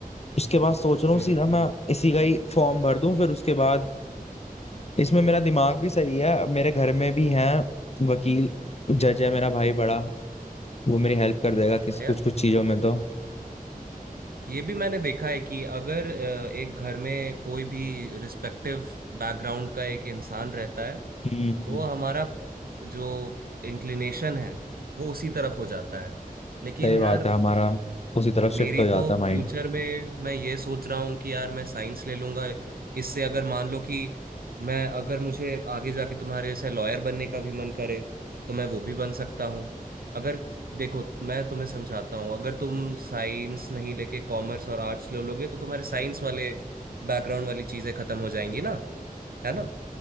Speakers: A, on the left; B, on the right.
A: उसके बाद सोच रहा हूँ
B: हम्म
A: सीधा
B: हम्म
A: मैं इसी का ही फॉर्म भर दूं फिर उसके बाद इसमें मेरा दिमाग भी सही है मेरे घर में भी हैं वकील जज है मेरा भाई बड़ा वो मेरी हेल्प कर देगा किसी
B: हाँ
A: कुछ
B: यार
A: कुछ चीजों में तो
B: ये भी मैंने देखा है कि अगर अ, एक घर में कोई भी रिस्पेक्टिव बैकग्राउंड का एक इंसान रहता है
A: हम्म
B: तो
A: हम्म।
B: हमारा जो इंक्लिनेशन है वो उसी तरफ हो जाता है लेकिन
A: सही
B: यार
A: बात है हमारा उसी तरफ शिफ्ट
B: मेरी
A: हो जाता
B: तो
A: है माइंड
B: फ्यूचर में मैं ये सोच रहा हूँ कि यार मैं साइंस ले लूंगा इससे अगर मान लो कि मैं अगर मुझे आगे जाके तुम्हारे जैसे लॉयर बनने का भी मन करे तो मैं वो भी बन सकता हूँ अगर देखो मैं तुम्हें समझाता हूँ अगर तुम साइंस नहीं लेके कॉमर्स और आर्ट्स ले लोगे तो तुम्हारे साइंस वाले बैकग्राउंड वाली चीजें खत्म हो जाएंगी ना है ना